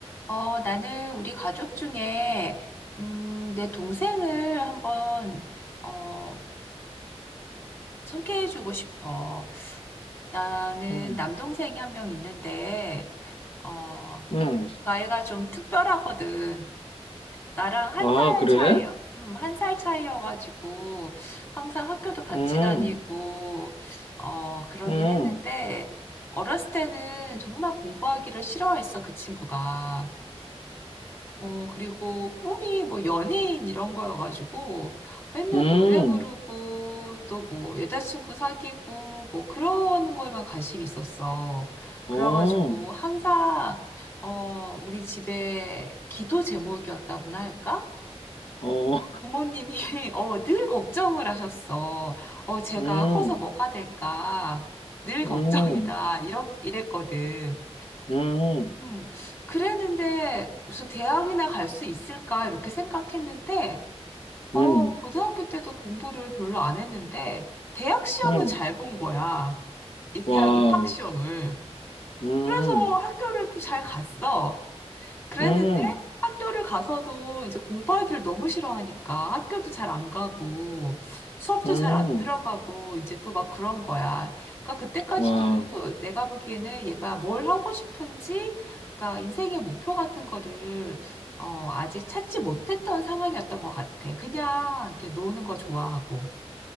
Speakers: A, on the left (about 20°); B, on the left (about 55°).
A: 어, 나는 우리 가족 중에, 음, 내 동생을 한번, 어, 소개해주고 싶어. 나는
B: 음,
A: 남동생이 한 명 있는데, 어, 그
B: 음.
A: 아이가 좀 특별하거든. 나랑 한
B: 아,
A: 살
B: 그래?
A: 차이, 음, 한 살 차이여가지고, 항상 학교도 같이
B: 음,
A: 다니고, 어, 그러긴
B: 음, 음,
A: 했는데, 어렸을 때는 정말 공부하기를 싫어했어, 그 친구가. 어, 그리고 꿈이 뭐 연예인 이런 거여가지고 맨날
B: <laughs>
A: 노래 부르고 또 뭐 여자친구 사귀고 뭐 그런 거에만 관심이 있었어.
B: 어,
A: 그래가지고 항상, 어, 우리 집에 기도 제목이었다고나 할까?
B: 어,
A: 부모님이 <laughs> 어, 늘 걱정을 하셨어. 어, 제가
B: 음,
A: 커서 뭐가 될까? 늘 걱정이다.
B: 음,
A: 이렇, 이랬거든.
B: 음,
A: 음, 그랬는데, 그래서 대학이나 갈 수 있을까? 이렇게 생각했는데, 어,
B: 음,
A: 고등학교 때도 공부를 별로 안 했는데, 대학 시험은
B: 음,
A: 잘 본 거야. 이
B: 와우,
A: 대학 입학 시험을.
B: 음,
A: 그래서 학교를 또 잘 갔어. 그랬는데
B: 음,
A: 학교를 가서도 이제 공부하기를 너무 싫어하니까 학교도 잘 안 가고 수업도
B: 음,
A: 잘 안 들어가고 이제 또 막 그런 거야. 그러니까 그때까지도
B: 와우,
A: 내가 보기에는 얘가 뭘 하고 싶은지, 그러니까 인생의 목표 같은 거를 어, 아직 찾지 못했던 상황이었던 것 같아. 그냥 이렇게 노는 거 좋아하고.